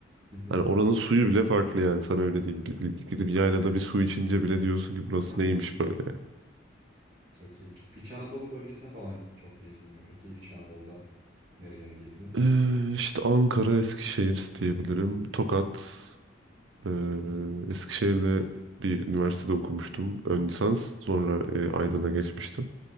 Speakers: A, on the right; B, on the right.
A: Hı hı.
B: Hani oranın suyu bile farklı yani sana öyle diyeyim. Bir-
A: Evet
B: Gidip yaylada
A: doğrudur.
B: bir su içince bile diyorsun ki burası
A: <laughs>
B: neymiş böyle.
A: Çok iyi. İç Anadolu bölgesine falan çok gezdin mi peki? İç Anadolu'da nereleri gezdin?
B: Ee, işte Ankara, Eskişehir diyebilirim. Tokat. Ee,
A: Hmm,
B: Eskişehir'de bir üniversitede okumuştum. Ön lisans. Sonra e,
A: çok
B: Aydın'a
A: iyi.
B: geçmiştim.